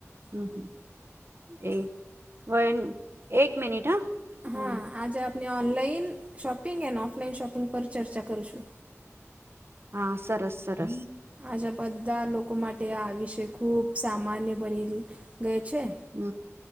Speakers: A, on the right; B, on the right.
A: હમ હમ. એક વ એક મિનિટ હા. હમ
B: હા આજે આપણે ઓનલાઈન શોપિંગ એ ઓફલાઈન શોપિંગ પર ચર્ચા કરું છું.
A: હા સરસ સરસ.
B: આજા બધા લોકો માટે આ વિષય ખુબ સામાન્ય બની ગય છે.
A: હમ